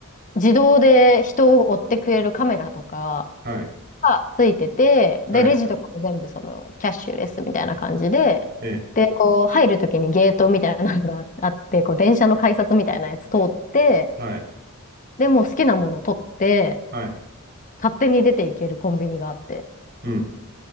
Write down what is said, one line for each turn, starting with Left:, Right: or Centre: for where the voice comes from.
Left: う、自動で人を追ってくれるカメラとか、
Right: はい、
Left: がついてて、で、
Right: はい、
Left: レジとかも全部そのキャッシュレスみたいな感じで、
Right: ええ、
Left: で、こう入るときにゲートみたいなのがあ <laughs> って、こう電車の改札みたいなやつ通って、
Right: はい、
Left: で、もう好きなもの取って、
Right: はい、
Left: 勝手に出ていけるコンビニがあって、
Right: うん、